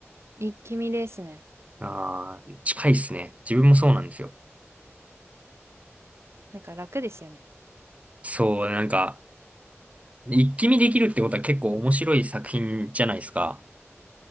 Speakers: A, on the right (about 65°); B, on the right (about 30°).
A: 一気見ですね。
B: ああ、近いっすね。自分もそうなんですよ。
A: なんか楽ですよね。
B: そう、なんか、一気見できるってことは結構面白い作品じゃないですか。